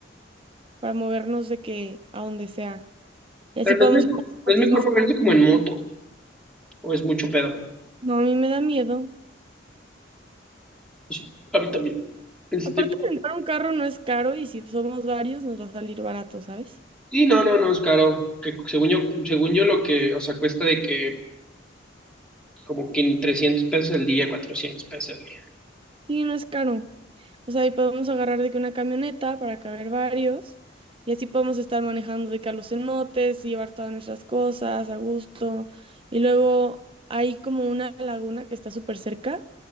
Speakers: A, on the right; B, in the centre.
A: para movernos de que a donde sea. Y así
B: Pero
A: podemos
B: ¿no es mejor,
A: ir a los cenotes
B: no es mejor
A: más.
B: moverse como en moto o es mucho pedo.
A: No, a mí me da miedo.
B: Pues, a mí también. Este,
A: Aparte, rentar un carro no es caro y si somos varios nos va a salir barato, ¿sabes?
B: sí, no, no, no, es caro. Que según yo, según yo lo que, o sea, cuesta de que como que en 300 pesos el día, 400 pesos el día.
A: Sí, no es caro. O sea, y podemos agarrar de que una camioneta para caber varios y así podemos estar manejando de que a los cenotes y llevar todas nuestras cosas a gusto. Y luego hay como una laguna que está súper cerca,